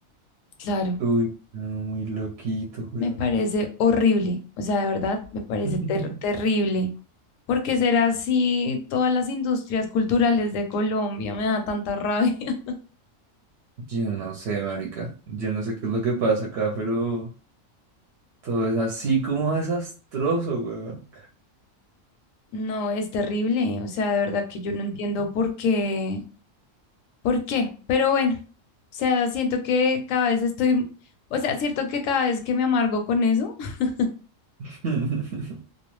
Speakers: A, on the left; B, on the right.
A: claro.
B: Uy, no, muy loquito, weón.
A: me parece horrible, o sea, de verdad me parece
B: <laughs>
A: ter- terrible, porque será así todas las industrias culturales de Colombia, me da tanta rabia. <laughs>
B: Yo no sé, marica. Yo no sé qué es lo que pasa acá, pero todo es así como desastroso, weón.
A: No, es terrible, o sea, de verdad que yo no entiendo por qué, por qué, pero bueno, o sea, siento que cada vez estoy, o sea, cierto que cada vez que me amargo con eso, <laughs>
B: <laughs>